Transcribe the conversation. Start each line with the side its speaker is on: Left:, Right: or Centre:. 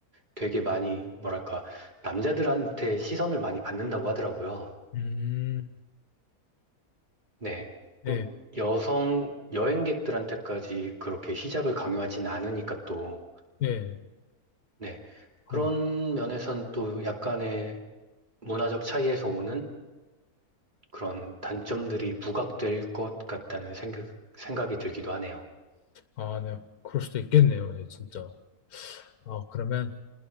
Right: 되게 많이 뭐랄까 남자들한테 시선을 많이 받는다고 하더라고요.
Left: 음,
Right: 네.
Left: 네,
Right: 그 여성 여행객들한테까지 그렇게 히잡을 강요하진 않으니까 또
Left: 네,
Right: 네.
Left: 그러,
Right: 그런 면에선 또 약간의 문화적 차이에서 오는 그런 단점들이 부각될 것 같다는 생각, 생각이 들기도 하네요.
Left: 아, 네, 그럴 수도 있겠네요, 네, 진짜. 아, 그러면